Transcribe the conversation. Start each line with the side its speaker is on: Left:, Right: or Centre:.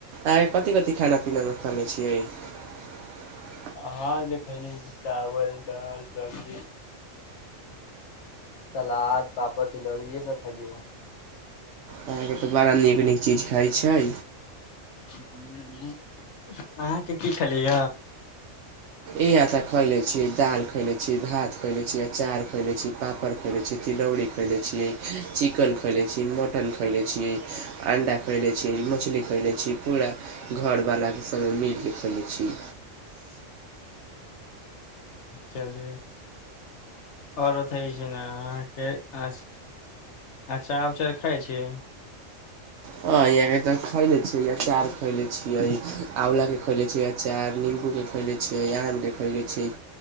Right: आय कथी कथि खाना पीना मे ख ले छिय हंँ <unintelligible>
Left: हँ खयले चावल दाल सब्जी सलाद पापड़ तिलौरी ये सब खली है
Right: अहाँके तऽ बड़ा नीक नीक चीज खाइ छै
Left: ह अहाँके की खलिय
Right: ई आ ता खयले छिय दालि खयने छी भात खयने छी अँचार खयने छी पापड़ खैने छी तिलौरी खैलने छीियै चिकन खैले छी मटन खैले छी अंडा खैले छी मछली खैले छी पूरा घरवलाकेँ सङग मिल कऽ खै छी
Left: चलू ओर बताइहअहाँके अचछ अचार उचार खाइ छी <unintelligible>
Right: ह यहा के तऽ खैले छियै अचार खैले छियै आँवला के खैले छी अचार नीमबू के खैले छीये आम के खैले छीय